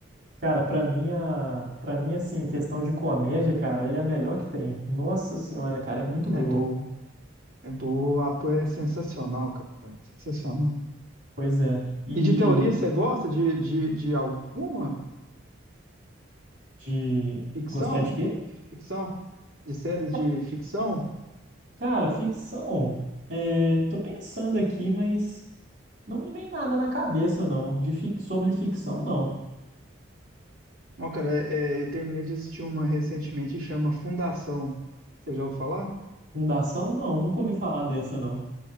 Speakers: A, on the right; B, on the right.
A: Cara, pra mim, a... pra mim, assim, questão de comédia, cara, ele é a melhor que tem. Nossa senhora, cara, é muito boa.
B: É, é boa. É boa. O ator é sensacional, cara. Sensacional.
A: Pois é. E
B: E de teoria, você gosta de, de, de alguma
A: de
B: ficção?
A: gostar de quê?
B: Ficção? De séries
A: Ca-
B: de ficção?
A: Cara, ficção. É... Tô pensando aqui, mas não me vem nada na cabeça, não. De fic... Sobre ficção,
B: Não,
A: não.
B: Não, cara, é, eu terminei de assistir uma recentemente que chama Fundação. Você já ouviu falar?
A: Fundação, não. Nunca ouvi falar dessa, não.